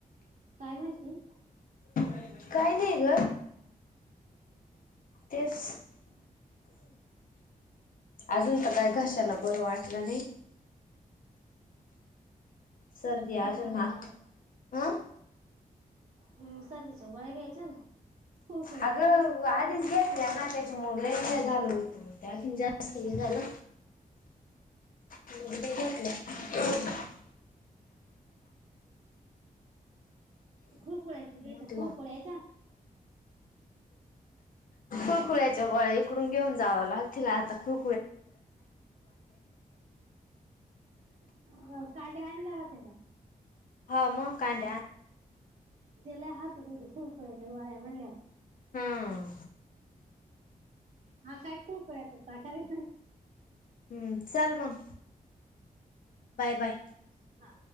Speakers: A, on the right; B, on the left.
A: काय म्हणते
B: काही नाही ग तेच अजून प काय घशाला बरं वाटलं नाही सर्दी
A: मग
B: अजूनना
A: काय करायचं आता
B: हं
A: हम्म शर्दीच्या वळ गयचे ना खुळखुळ्याच्या
B: अगं आधीच घेतल्या ना त्याच्यामुळे हे झालं होतं त्याख जास्त हे झालं मग मी घेतल्या
A: खुळकुडयच याच
B: म्हटलं
A: खुळकुड यायचा
B: फुळखुळ्याच्या गोळ्या इकडून घेऊन जावं लाग तला आता खु
A: ह काढ्या आणला होत त्या का
B: ह मग का आण
A: त्याला हसूत होती खूप करायच वाड्या म्हणलं
B: हम्म
A: हा काय खूकयातताकारे
B: हम् सलमंग बाय बाय
A: हा